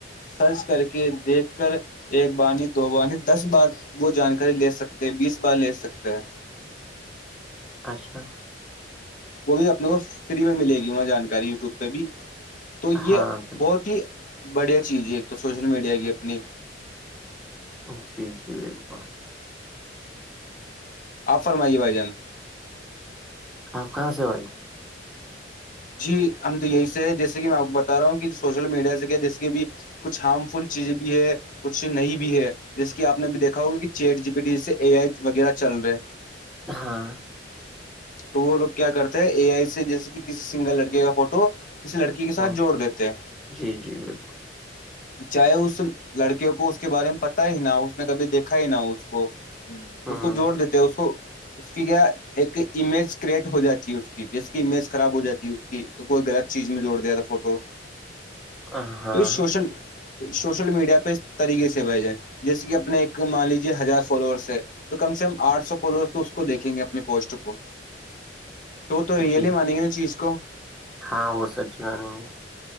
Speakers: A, on the left (about 45°); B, in the centre.
A: سرچ کر کے دیکھ کر ایک بانی دو بانی دس بار وہ جانکاری لے سکتے ہیں بیس بار لے سکتے ہیں
B: اچھا
A: وہ بھی اپنے کو فری میں ملے گی وہاں جانکاری یوٹیوب پہ بھی تو یہ
B: ہاں بالکل
A: بہت ہی بڑھیا چیز ہے ایک تو سوشل میڈیا کی اپنی
B: جی جی بالکل
A: آپ فرمائیے بھائی جان
B: آپ کہاں سے بھائی
A: جی ہم تو یہیں سے ہے جیسے کہ میں آپ کو بتا رہا ہوں کہ سوشل میڈیا سے کیا جیسے کہ بھی کچھ ہارم فل چیزیں بھی ہے کچھ نہیں بھی ہے جس کی آپ نے بھی دیکھا ہوگا کہ چیٹ جی پی ٹی سے اے آئی وغیرہ چل رہا
B: ہاں
A: تو وہ لوگ کیا کرتے ہیں اے آئی سے جیسے کہ کسی سنگل لڑکے کا فوٹو کسی لڑکی کے ساتھ
B: ہاں
A: جوڑ دیتے ہیں
B: جی جی بالکل
A: چاہے اس لڑکے کو اس کے بارے میں پتا ہی نہ ہو اس نے کبھی دیکھا ہی نہ ہو اس کو
B: ہ
A: اس کو جوڑ دیتے ہیں اس کو اس کی کیا ایک امیج کریٹ ہو جاتی ہے اس کی جیس کی امیج خراب ہو جاتی ہے اس کی کوئی غلط چیز میں جوڑ دیا تھا فوٹو
B: <inaudible> ہاں
A: یہ سوشل شوشل میڈیا پہ اس طریقے سے بھائی جان جیسے کہ اپنے ایک مان لیجیے ہزار فالوورس ہے تو کم سے کم آٹھ سو فالوور تو اس کو دیکھیں گے اپنے پوسٹ کو وہ تو ریئل
B: جی
A: ہی مانیں گے نا چیز کو
B: ہاں وہ سچ مانیں گے